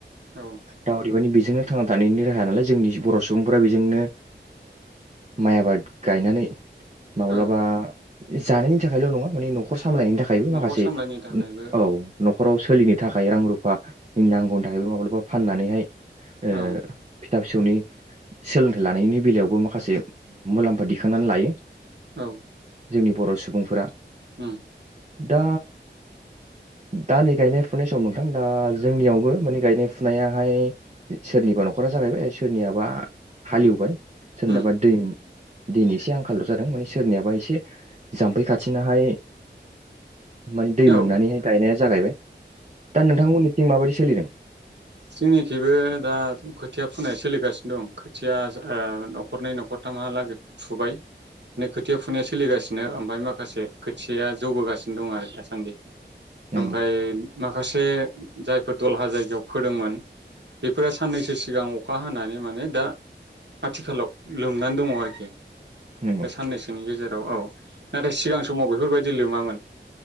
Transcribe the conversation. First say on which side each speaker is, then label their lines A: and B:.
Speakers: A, on the right; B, on the right.
A: औ
B: दा अदेबानि बेजोंनो थांना थानायनि राहाया नालाय जोंनि बर' सुबुंफोरा बेजोंनो माइ आबाद गायनानै माब्लाबा
A: औ
B: जानायनि थाखायल' नङा माने न'ख खर सामलायनायनि थाखायबो
A: न'खर
B: माखासे
A: सामलायनो थाखायबो
B: औ न'खराव सोलिनो थाखाय रां रुफानि नांगौनि थाखायबो माब्लाबा फाननानैहाय ओ फि
A: औ
B: फिसा फिसौनि सोलोंथाइ लानायनि बेलायावबो माखासे मुलाम्फा दिखांनानै लायो।
A: औ
B: जोंनि बर' सुबुंफोरा
A: उम
B: दा दा नै गायनाय फुनाय समाव नोंथां दा जोंनियावबो माने गायनाय फु दाहाय सोरनिबा न'खरा जागायबाय सोर नियाबा हालेवबाय सोरनाबा
A: उम
B: दै दिनि एसे आं खाल जादों माने सोरनियाबा एसे जाम्फै खाथिनाहाय मानि दै
A: औ
B: मोननानैहाय गायनाय जागायबाय दा नोंथांमोननि माबायदि सोलिदों
A: जोंनिखिबो दाथ खोथिया फुनाय सोलिगासिनो दं खोथिया ओ नखरनै नखरथामहालागै फुबाय माने खोथिया फुनाय सलिगासिनो बिनो ओमफ्राय माखासे खोथिाया जौबोगासिनो दं आरो दासान्दि
B: नंगौ
A: ओमफ्राय माखासे जायफोर दलहा जायगायाव फोदोंमोन बेफोरो साननैसो सिगां अखा हानानै माने दा आथिखालाव लोमनानै दङ आरोखि
B: नंगौ
A: बे साननैसोनि गेजेराव औ औ नाथाय सिगां समाव बेफोरबायदि लोमामोन